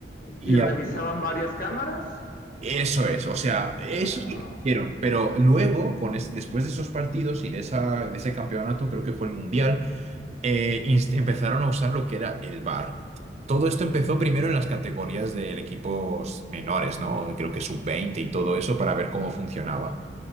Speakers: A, on the right; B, on the left.
A: Y
B: ¿Y revisaban
A: a-
B: varias cámaras?
A: eso es, o sea, eso
B: Ah,
A: es lo que
B: sí.
A: hicieron. Pero luego, con es- después de esos partidos y de, esa, de ese campeonato, creo que fue el Mundial eh, inst- empezaron a usar lo que era el VAR. Todo esto empezó primero en las categorías de equipos menores, ¿no? Creo que sub veinte y todo eso para ver cómo funcionaba.